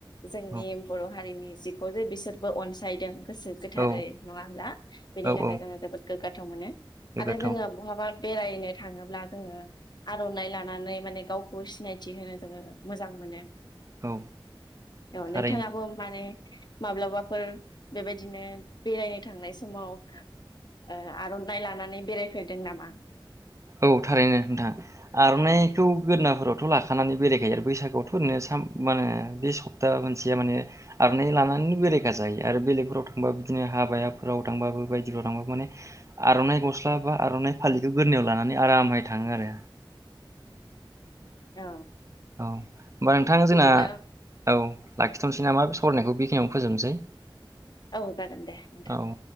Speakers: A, on the left (about 55°); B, on the right (about 35°).
A: जोंनि
B: औ
A: बर' हारिनि जिखौ जे बिसोरबो अनसायदों । गोसो गोथारै
B: औ
A: नङा होब्ला बेनि
B: औ
A: थाखाय
B: औ
A: जोङो जोबोद गोग्गा थाव मानो
B: गोग्गाथाव
A: आरो जोङो बहाबा बेरायनो थाङोब्ला जोङो आर'नाइ लानानै माने गावखौ सिनायथि होनो जोङो मोजां मोनो ।
B: औ
A: औ नोंथाङाबो
B: थारैनो
A: माने माब्लाबाफोर बेबायदिनो बेरायनो थांनाय समाव ओ आर'नाइ लानानै बेरायफेरदों नामा?
B: औ थारैनो नोंथां आरनाइखौ गोराफोरावथ लाखानानै बेरायखायो आरो बैसागोआवथ ओरैनो सा माहोनो बे सप्ता मोनसेया माने आरनाइ लानानै बेरायखा जायो आरो बेलेगफोराव थांबाबो बिदिनो हाबाफोराव थांबाबो बायदिफोराव थांबाबो माने आरनाइ गस्ला बा आनाइ फालिखौ गोरोननायाव लानानै। आरामहोय थाङो आरो।
A: औ।
B: औ। होमबा नोंथां
A: बिदिब्ला
B: जोंना औ लाखिथनोसै नामा बेस सावरायनायखौ बेखिनियावनो फोजोबनोसै।
A: औ जागोन दे नोंथां।
B: औ